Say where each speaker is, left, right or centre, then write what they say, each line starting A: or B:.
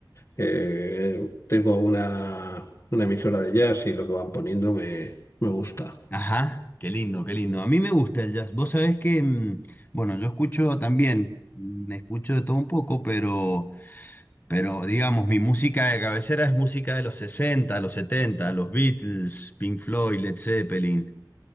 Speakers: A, on the left (about 40°); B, on the left (about 25°).
A: eh, tengo una, una emisora de jazz y lo que van poniendo me, me gusta.
B: Ajá, qué lindo, qué lindo. A mí me gusta el jazz. Vos sabés que, mm, bueno, yo escucho también, mm, escucho de todo un poco, pero, pero digamos, mi música de cabecera es música de los 60, los 70, los Beatles, Pink Floyd, Led Zeppelin.